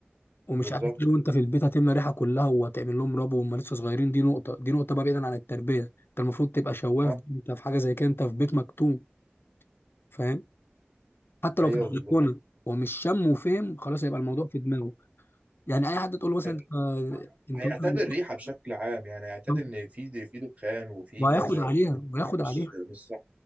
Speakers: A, on the left (about 65°); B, on the right (about 35°).
A: ومش
B: بالظبط
A: عارف ليه وانت في البيت هتملى ريحه كلها وهتعمل لهم ربو وهم لسه صغيرين دي نقطه دي نقطه بقى بعيدا عن التربيه انت المفروض تبقى شواف
B: اه
A: انت في حاجه زي كده انت في بيت مكتوم فاهم حتى
B: ايوه
A: لو في البلكونه
B: بالظبط
A: ومش شم وفهم خلاص هيبقى الموضوع في دماغه يعني اي حد تقول له مثلا
B: آه،
A: انت انت
B: هيعتاد
A: مثلا-
B: الريحه بشكل عام يعني هيعتاد
A: <laughs>
B: ان في د- في دخان وفي
A: وهياخد
B: كذا
A: عليها
B: ودي
A: وهياخد
B: مش
A: عليها
B: مش صح